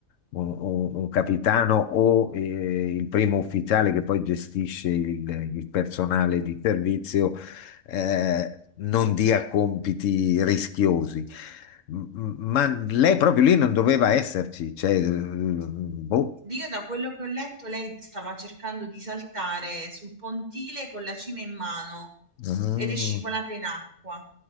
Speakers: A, on the left; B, on the right.
A: un, un- un capitano o eh, il primo ufficiale che poi gestisce il, il personale di servizio eh, non dia compiti rischiosi. M- m- Ma lei proprio lì non doveva esserci, cioè, eh, boh.
B: Io da quello che ho letto, lei stava cercando di saltare sul pontile con la cima in mano
A: Ah.
B: ed è scivolata in acqua